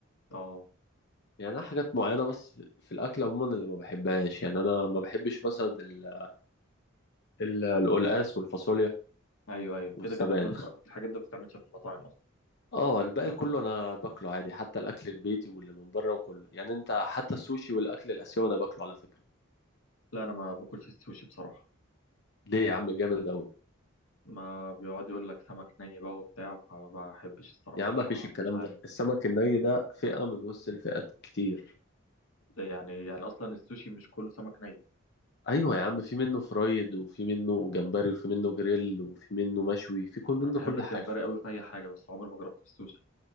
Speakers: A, on the left; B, on the left.
A: اه
B: يعني انا حاجات معينه بس في في الاكل عموما اللي ما بحبهاش يعني انا ما بحبش مثلا ال- ال- القلقاس والفاصوليا
A: ايوه ايوه
B: والسبانخ
A: كده كده دول الحاجات ده ما بتتعملش في المطاعم اصلا
B: اه الباقي كله انا باكله عادي حتى الاكل البيتي واللي من بره وكله يعني انت حتى السوشي والاكل الاسيوي انا باكله على فكره
A: لا انا ما باكلش السوشي بصراحه
B: ليه يا عم جامد قوي
A: ما بيقعد يقول لك سمك ني بقى وبتاع فما بحبش الصراحه
B: يا عم مفيش
A: ما
B: الكلام
A: مش عارف
B: ده السمك الني ده فئه من وسط الفئات كتير
A: ده يعني يعني اصلا السوشي مش كله سمك ني
B: ايوه يا عم في منه فرايد وفي منه جمبري وفي منه جريل وفي منه مشوي في كل منه
A: انا بحب
B: كل
A: الجمبري
B: حاجه
A: قوي في اي حاجه بس عمري ما جربت في السوشي